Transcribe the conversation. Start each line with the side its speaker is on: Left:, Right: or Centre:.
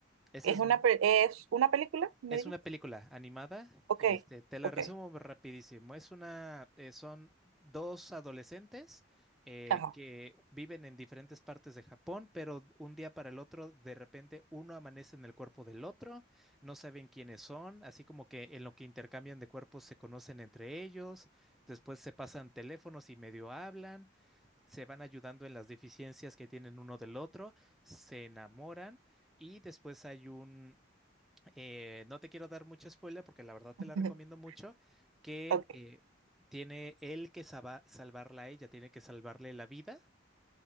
Centre: Esa
Right: ¿Es
Centre: es
Right: una, pe- es una película? ¿Me
Centre: Es
Right: dijiste?
Centre: una película animada,
Right: Ok,
Centre: este, te la
Right: ok,
Centre: resumo rapidísimo. Es una, eh, son dos adolescentes eh,
Right: ajá.
Centre: que viven en diferentes partes de Japón, pero un día para el otro, de repente uno amanece en el cuerpo del otro, no saben quiénes son, así como que en lo que intercambian de cuerpos se conocen entre ellos, después se pasan teléfonos y medio hablan, se van ayudando en las deficiencias que tienen uno del otro, se enamoran y después hay un eh, no te quiero dar mucho spoiler porque la verdad te
Right: <laughs>
Centre: la recomiendo mucho, que
Right: Ok,
Centre: eh, tiene él que saba- salvarla a ella, tiene que salvarle la vida.